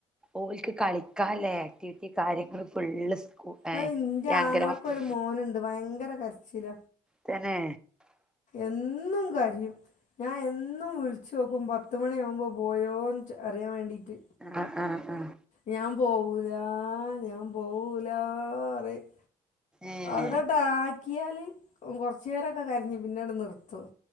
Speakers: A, in the centre; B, on the left (about 50°).
A: ഓൽക്ക് കളിക്കാള്ളെ ആക്ടിവിറ്റി കാര്യങ്ങൾ ഫുള്ള്. സ്കൂ ഏഹ്
B: അഹ് ഇന്റെ
A: ഈ അംഗനവാടി
B: ആങ്ങളൊക്കൊരു മോനുണ്ട് ഭയങ്കര കരച്ചില.
A: തെന്നേ.
B: എന്നും കരയും. ഞാൻ എന്നും വിളിച്ച് നോക്കും പത്ത് മണിയാവുമ്പോൾ പോയോന്ന് അറിയാൻ വേണ്ടിട്ട്.
A: ആഹ് ആഹ് ആഹ്.
B: ഞാൻ പോവൂലാ ഞാൻ പോവൂലാ പറയും.
A: ഏഹ്
B: അവിടണ്ട് ആക്കിയാല് കൊർച്ചേരൊക്കെ കരഞ് പിന്നെ അണ് നിർത്തും